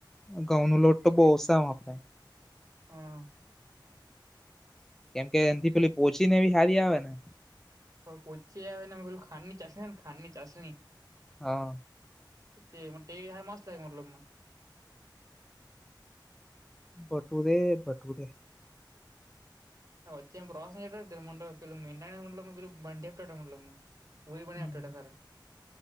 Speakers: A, in the centre; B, on the right.
A: ઘઉં ન લોટ તો બહુ ઓસા આપડે.
B: હઅ.
A: કેમ કે એથી પેલી પોહચી ને એવી હારી આવે ને.
B: હ પચી આવે બલું ખાનની ચા ને ખાન ચાશની.
A: હા.
B: તે મતલબ તે હાય મસ્તય મલ.
A: ભટુરે ભટુરે.
B: હચ એમ પ્રોસાસહ છેં પલ મંડાનેમ પલ બંડીપમલમ. વહી બનેયા
A: હમ
B: આપણેટ ખ.